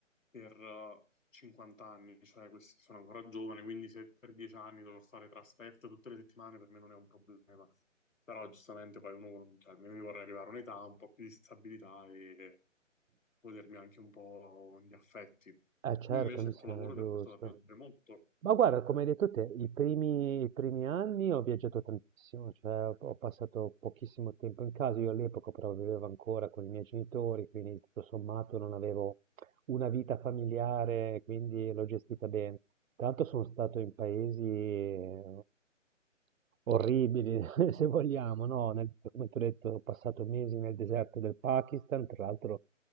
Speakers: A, on the left; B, on the right.
A: per eh, 50 anni, cioè questi sono ancora giovane, quindi se per 10 anni dovrò fare trasferte tutte le settimane per me non è un problema. Però giustamente poi uno, cioè, almeno io vorrei arrivare a un'età, un po' più di stabilità e godermi anche un po' gli affetti.
B: Eh certo,
A: Tu invece
B: mi
A: il
B: sembra
A: tuo lavoro
B: giusto.
A: ti ha portato a viaggiare molto,
B: Ma guarda, come hai detto te, i primi, i primi anni ho viaggiato tantissimo, cioè ho ho passato pochissimo tempo in casa, io all'epoca però vivevo ancora con i miei genitori, quindi tutto sommato non avevo una vita familiare, quindi l'ho gestita bene. Tanto sono stato in paesi eh, orribili, <laughs> se vogliamo, no? Nel- come ti ho detto, ho passato mesi nel deserto del Pakistan, tra l'altro